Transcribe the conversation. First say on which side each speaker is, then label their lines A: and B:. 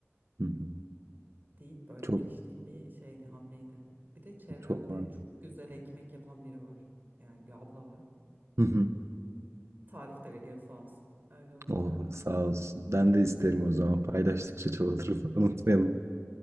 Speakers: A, on the right (about 75°); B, on the right (about 45°).
A: hı hı.
B: deyip böyle
A: Çok
B: giriştiğim bir şeydi hamleydi. Bir de çevremde
A: çok var.
B: çok güzel ekmek yapan biri var. Yani bir abla var.
A: Hı hı.
B: Tarif de veriyor sağ olsun. Öyle olunca
A: Oh, sağ
B: eee,
A: olsun. Ben de isterim o zaman. Paylaştıkça çoğalır. <laughs> Unutmayalım.